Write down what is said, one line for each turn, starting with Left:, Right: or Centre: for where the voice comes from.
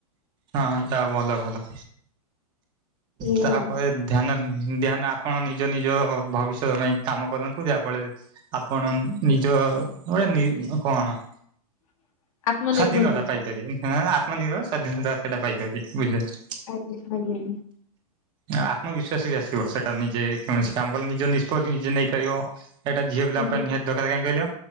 Right: ହଁ ତା ଭଲ ଭଲ
Left: ଏଇଆ
Right: ତାପରେ
Left: ଆଉ।
Right: ଧ୍ୟାନ ଧ୍ୟାନ ଆପଣ ନିଜ ନିଜ ଭବିଷ୍ୟତ ପାଇଁ କାମ କରନ୍ତୁ ଯାହାଫଳରେ ଆପଣ ନିଜ ଗଟେ ନି କଣ?
Left: <inaudible> ଆତ୍ମନିର୍ଭରଶୀଳ।
Right: ସ୍ୱାଧୀନତା ପାଇପାରିବେ ଆଁ ଆତ୍ମନିର୍ଭର ସ୍ୱାଧୀନତା ସେଇଟା ପାଇପାରିବେ ବୁଝିଲେ।
Left: ଆଜ୍ଞା ଆଜ୍ଞା।
Right: ଆତ୍ମବିଶ୍ୱାସ ବି ଆସିବ ସେଟା ନିଜେ କୌଣସି କାମ କଲେ ନିଜ ନିଷ୍ପତ୍ତି ନିଜେ ନେଇପାରିବ। ଏଇଟା ଝିଅ ପିଲାଙ୍କ
Left: ଆଜ୍ଞା
Right: ପାଇଁ ନିହାତି ଦରକାରେ କାଇଁ କହିଲ?